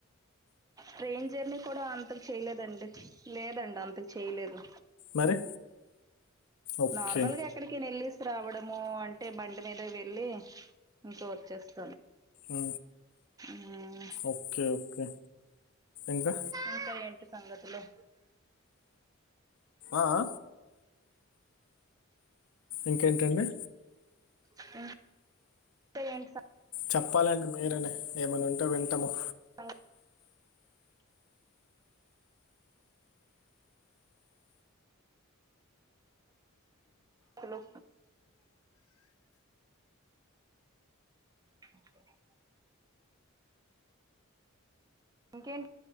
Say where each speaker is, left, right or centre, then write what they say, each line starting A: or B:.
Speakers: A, on the right; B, on the left.
A: ట్రైన్ జర్నీ కూడా అంతకు చేయలేదండి లేదండి అంతకు చేయలేదు
B: మరి ఓకే
A: నార్మల్గా ఎక్కడికైన వెళ్ళసి రావడము అంటే బండి మీద వెళ్ళి ఇంకా వచ్చేస్త
B: ఆ
A: మ్మ్.
B: ఓకే ఓకే ఇంకా
A: ఇంకా ఏంటి సంగతులు
B: ఆ ఆ ఇంకేంటండి
A: <inaudible>
B: చెప్పాలండి మీరని ఏమనా ఉంటే వింటాము
A: <inaudible> హలో <inaudible> ఇంకేంటి